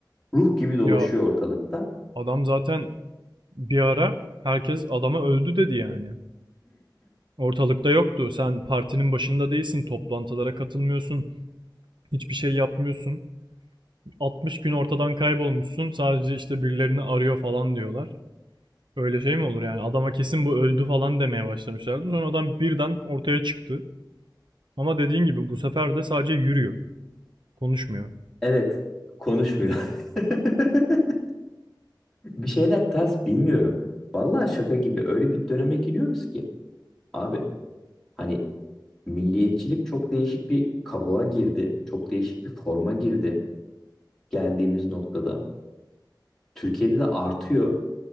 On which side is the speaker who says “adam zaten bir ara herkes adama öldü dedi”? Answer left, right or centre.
Right